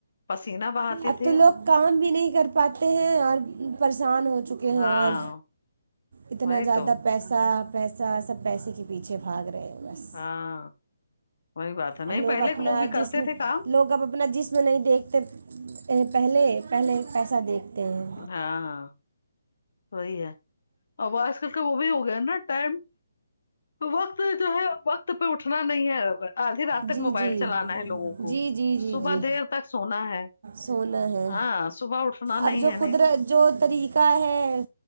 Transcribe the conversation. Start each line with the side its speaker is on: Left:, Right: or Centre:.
Left: پسینہ بہاتے
Right: اب
Left: تھے
Right: تو لوگ کام بھی نہیں کر پاتے ہیں اور پریشان ہو چکے
Left: ہاں
Right: ہیں اور اتنا
Left: وہی
Right: زیادہ
Left: تو
Right: پیسہ پیسہ سب پیسے کی پیچھے بھاگ رہے ہیں بس
Left: ہاں وہی بات ہے نہیں
Right: اب لوگ
Left: پہلے
Right: اپنا
Left: کے بھی
Right: جسم
Left: کرتے تھے کام
Right: لوگ اب اپنا جسم نہیں دیکھتے پہلے پہلے پیسہ دیکھتے ہیں
Left: ہاں وہی ہے آواز کر کے وہ بھی ہو گیا نا ٹائم وقت جو ہے وقت پہ اٹھنا نہیں ہے اب آدھی رات تک
Right: جی
Left: موبائل
Right: جی
Left: چلانا ہے لوگوں کو
Right: جی جی جی
Left: صبح
Right: جی
Left: دیر تک سونا ہے
Right: سونا ہے
Left: ہاں صبح اٹھنا نہیں
Right: اب جو
Left: ہے نہیں
Right: قدرت جو طریقہ ہے